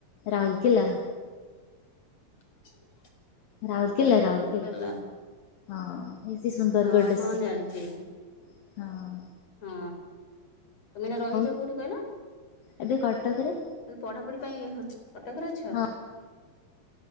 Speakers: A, on the left (about 65°); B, on the left (about 40°).
A: ରାଉଲକେଲା।
B: <inaudible>
A: ରାଉଲକେଲା,
B: ରାଉରକେଲା
A: ରାଉଲକେଲା। ହଁ ଏଇ ସେ ସୁନ୍ଦରଗଡ଼
B: ହଁ
A: ଡିଷ୍ଟ୍ରିକର
B: ହଁ ଜାଣିଛି
A: ହଁ।
B: ହଁ, ତମେ ଏଇନା ରହିଛ
A: ହଉ
B: କୋଉଠି କହିଲ?
A: ଏବେ କଟକରେ
B: ମାନେ ପଢାପଢି ପାଇଁ ହଁ କଟକରେ ଅଛ?
A: ହଁ